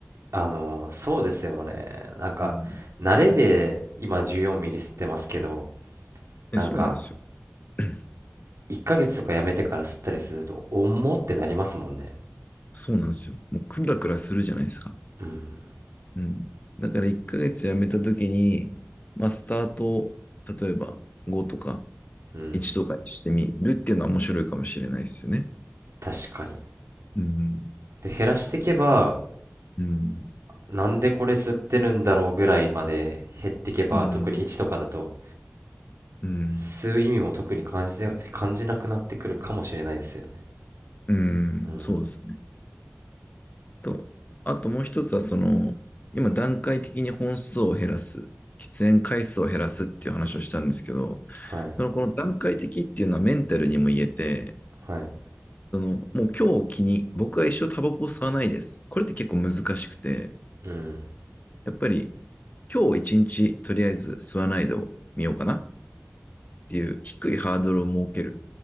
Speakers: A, on the right; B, on the left.
A: あの、そうですよね。なんか、
B: うん、
A: 慣れで今14ミリ吸ってますけど、
B: えそうなんですよ。
A: なんか、
B: <clears throat>
A: 1ヶ月とかやめてから吸ったりすると、重ってなりますもんね。
B: <laughs> そうなんですよ。もうクラクラするじゃないですか。
A: うん、
B: うん。だから1ヶ月やめた時に、まあ、スタートを、例えば5とか
A: うん、
B: 1とかにしてみるっていうのは面白いかもしれないですよね。
A: 確かに。
B: うん。
A: で、減らしていけば、
B: うん。
A: なんでこれ吸ってるんだろうぐらいまで減っていけば、
B: うん。
A: 特に1とかだと、
B: うん。
A: 吸う意味も特に感じて感じなくなってくるかもしれないですよね。
B: うん。
A: うん、
B: そうですねと、あともう一つは、その、今段階的に本数を減らす、喫煙回数を減らすっていう話をしたんですけど、
A: はい
B: そのこの段階的っていうのはメンタルにも言えて、
A: はい
B: そのもう今日を機に僕は一生タバコを吸わないです。これって結構難しくて、
A: うん
B: やっぱり今日一日とりあえず吸わないでを見ようかなっていう低いハードルを設ける。